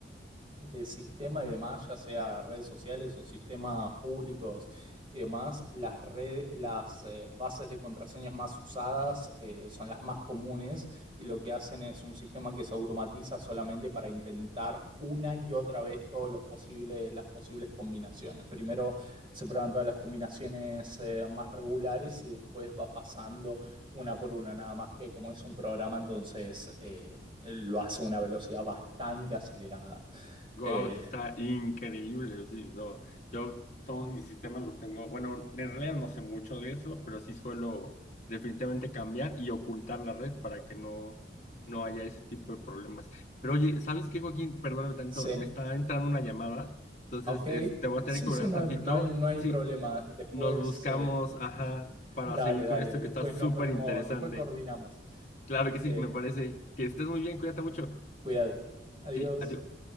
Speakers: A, on the right; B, on the left.
A: de sistema y demás, ya sea redes sociales o sistemas públicos y demás, las red- las eh, bases de contraseñas más usadas eh, son las más comunes y lo que hacen es un sistema que se automatiza solamente para intentar una y otra vez todos los posibles, las posibles combinaciones. Primero se prueban todas las combinaciones eh, más regulares y después va pasando una por una, nada más que como es un programa, entonces eh, lo hace a una velocidad bastante acelerada.
B: Guau,
A: Eh,
B: eso está increíble. o sí, no, yo todos mis sistemas los tengo. Bueno, en realidad no sé mucho de eso, pero sí suelo definitivamente cambiar y ocultar la red para que no, no haya ese tipo de problemas. Pero oye, ¿sabes qué, Joaquín? Perdóname tantito,
A: sí,
B: me está entrando una llamada, entonces
A: ok.
B: es- te voy a
A: Sí,
B: tener que
A: sí,
B: hablar
A: no
B: tantito.
A: hay, no hay, no hay
B: Sí,
A: problema. Después,
B: nos buscamos,
A: eh,
B: ajá,
A: <laughs>
B: para
A: dale,
B: seguir
A: dale.
B: con esto
A: Después
B: que está súper
A: nos ponemos,
B: interesante.
A: después coordinamos.
B: Claro que
A: Eh,
B: sí, me parece que estés muy bien, cuídate mucho.
A: cuídate. Adiós.
B: Sí, adiós.